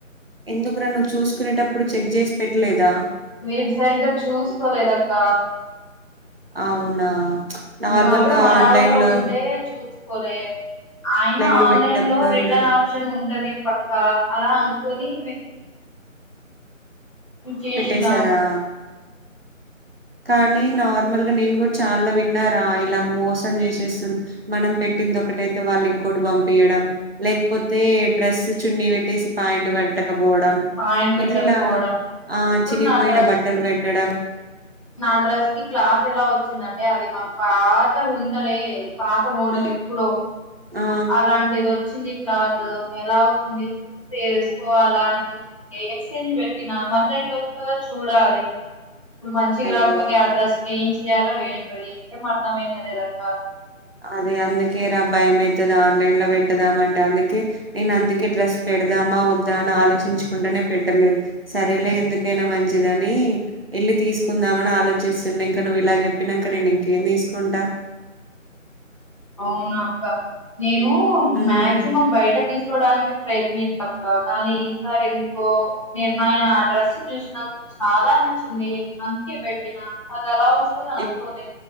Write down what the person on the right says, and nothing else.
ఎందుకు రా నువ్వు చూసుకునేటప్పుడు చెక్ చేసి పెట్టలేదా
అవునా నార్మల్
గా
ఆన్లైన్ లో
లో
పెట్టేటప్పుడు
ఇలా
పెట్టేశారా కానీ నార్మల్గా నేను కూడా చాలా విన్నారా ఇలా మోసం చేసేస్తు మనం పెట్టింది ఒకటైతే వాళ్ళు ఇంకోటి పంపయడం లేకపోతే డ్రెస్ చున్నీ పెట్టేసి పా్యాంట్ పట్ట పోవడం
ఇట్లా ఆ
చినిపోయిన
బట్టలు
పెట్టడం
ఉమ్,
ఆ
అయ్యో
అదే అందుకే రా భయం అయితది ఆన్లైన్ లో పెట్టదామంటే అందుకే నేను అందుకే డ్రెస్ పెడదామా వద్దా అని ఆలోచించుకుంటేనే పెట్టలేదు సరేలే ఎందుకైనా మంచిదని వెళ్ళి తీసుకుందామని ఆలోచిస్తున్న ఇంక నువ్వు ఇలా చెప్పినంక నేను ఇంకేం తీసుకుంటా
ఉమ్
ఎప్